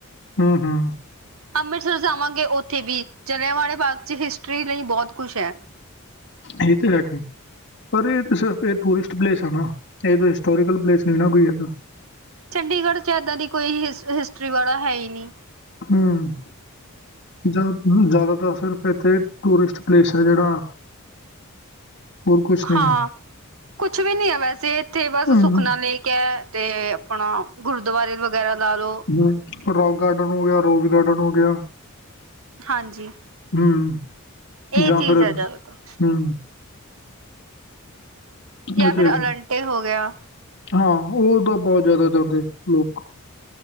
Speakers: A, on the left; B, on the right.
A: ਹਮ ਹਮ
B: ਅੰਮ੍ਰਿਤਸਰ ਜਾਵਾਂਗੇ ਉੱਥੇ ਵੀ ਜਲ੍ਹਿਆਂ ਵਾਲੇ ਬਾਗ ਚ ਹਿਸਟਰੀ ਲਈ ਬਹੁਤ ਕੁਛ ਹੈ।
A: ਇਹ ਤਾਂ ਹੈ। ਪਰ ਇਹ ਇਕ ਸਿਰਫ ਇਹ ਟੂਰਿਸਟ ਪਲੇਸ ਹੈ ਨਾ ਇਹ ਕੋਈ ਹਿਸਟੋਰੀਕਲ ਪਲੇਸ ਨਹੀ ਨਾ ਕੋਈ ਇਹਦਾ-
B: ਚੰਡੀਗੜ੍ਹ 'ਚ ਏਦਾਂ ਦੀ ਕੋਈ ਹਿਸ ਹਿਸਟਰੀ ਵਾਲਾ ਹੈ ਹੀ ਨਹੀ
A: ਹਮ ਜਾਂ ਜ਼ਿਆਦਾਤਰ ਸਿਰਫ ਇੱਥੇ ਟੂਰਿਸਟ ਪਲੇਸ ਹੈ ਜਿਹੜਾ। ਹੋਰ ਕੁਛ ਨਹੀਂ
B: ਹਾਂ
A: ਹੈ।
B: ਕੁਛ ਵੀ ਨੀ ਹੈ ਵੈਸੇ ਇੱਥੇ ਬਸ
A: ਹੂੰ,
B: ਸੁਖਨਾ
A: ਹੂੰ,
B: ਲੇਕ ਤੇ ਆਪਣਾ ਗੁਰਦੁਆਰੇ ਵਗੈਰਾ ਲਾ ਲੋ।
A: ਹਮ ਰੋਕ ਗਾਰਡਨ ਹੋ ਗਿਆ ਰੋਜ਼ ਗਾਰਡਨ ਹੋ ਗਿਆ।
B: ਹਾਂਜੀ
A: ਹੂੰ
B: ਇਹ
A: ਜਾਂ
B: ਚੀਜ਼
A: ਫਿਰ
B: ਹੈ ਜ਼ਿਆਦਾਤਰ
A: ਹੂੰ
B: ਜਾਂ
A: ਇਹ ਤਾਂ
B: ਫਿਰ
A: ਹੈਗਾ।
B: ਅਲੰਟੇ ਹੋ ਗਿਆ।
A: ਹਾਂ ਉਹ ਤਾਂ ਬਹੁਤ ਜ਼ਿਆਦਾ ਜਾਂਦੇ ਲੋਕ